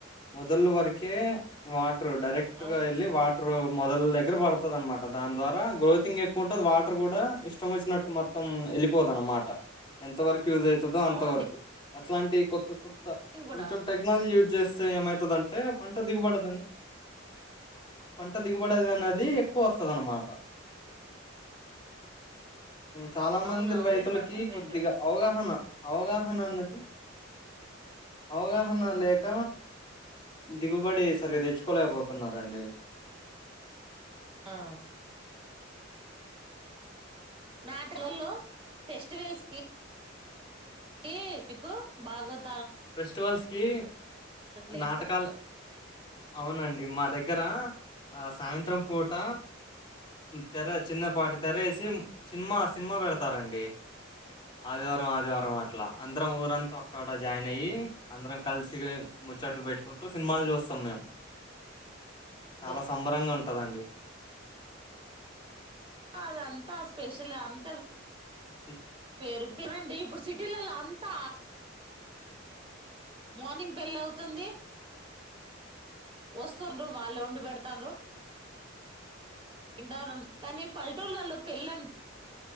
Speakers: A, on the left; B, on the right.
A: మొదలు వరకే వా టర్ డైరక్ట్
B: అవును.
A: గా వెళ్ళి వాట్ టో మొదల దగ్గర పడుతుంది అనమాట దాని ద్వారా గ్రోతిింగ్ ఎక్కువ ఉంటంది వాటర్ కూడా ఇష్టం వచ్చినట్టు మొత్తం వెళ్ళిపోద అనమాట ఎంత వరకు యూజ్ అవుతుందో అంత
B: అవును
A: వరకు
B: డి-
A: అట్లాంటిక్ కొత్త కొత్త
B: కూడా
A: కొంచెం టెక్నాలజీ చేస్తే ఏమయిత దంటే పంట దిగుబడదండి వుంది అండి దిగుబడది అన్నది ఎక్కువ వస్తుంది అన్నమాట చాలా మంది
B: అవునవును.
A: రైతులకి
B: రేట్.
A: కొద్దిగా అవగాహన అవగాహన అన్నది అవగాహన లేక దిగుబడి సరి తెచ్చుకోలేకపోతున్నారండి
B: ఆ నాటలలో ఫెస్టివెల్స్ కి ఏ ఎకు భాగత్
A: ఫెస్టివల్స్ కి
B: అట్లా
A: నాటకాలు
B: ఏస్తారు.
A: అవునండి మ దగ్గర ఆ సాయంత్రం పూట తెర చిన్నపాటి తెరేసి సినిమా సినిమా పెడతారండి అది ఆదివారం అట్ల అందరం ఊరంతా తక్కకాడా జాయిన్ అయ్యి అందరం కలిసి ముచ్చట్లు పెట్టుకుంటూ సినిమాలు చూస్తాం మేము చాలా
B: అదే
A: సంబరంగా ఉంటదండి
B: అ అద అంతా స్పెషల్ అంతా
A: చెట్
B: పేరు పేరండి ఇప్పుడు సిటీలలో అంతా మార్నింగ్ పెళ్ళి అవుతుంది వస్తుండ్రు వాళ్ళే ఉండి పెెడతాను్ర ఎంట ఉ కానీ పల్లెటూరులలో పెళం